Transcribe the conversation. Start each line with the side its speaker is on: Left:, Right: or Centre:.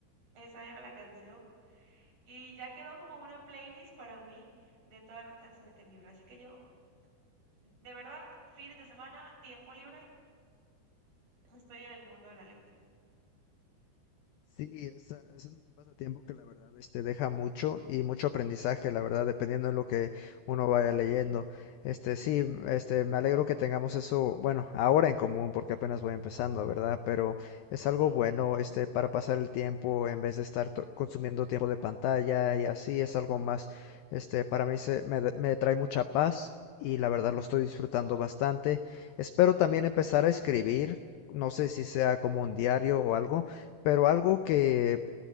Right: esa era la canción y ya quedó como una playlist para mí de todas las canciones del libro, así que yo, de verdad, fines de semana, tiempo libre, estoy en el mundo de la lectura.
Left: Sí, es, ah, es un pasatiempo que la verdad este, deja mucho y mucho aprendizaje, la verdad, dependiendo de lo que uno vaya leyendo.
Right: Sí,
Left: Este, sí, m- este, me alegro que tengamos eso, bueno, ahora en común, porque apenas voy empezando, ¿verdad? Pero es
Right: sí,
Left: algo bueno,
Right: tranquilo.
Left: este, para pasar el tiempo en vez de estar to- consumiendo tiempo de pantalla y así, es algo más, este, para mí se, me, da- me trae mucha paz y la verdad lo estoy disfrutando bastante. Espero también empezar a escribir, no sé si sea como un diario o
Right: Sí,
Left: algo pero algo que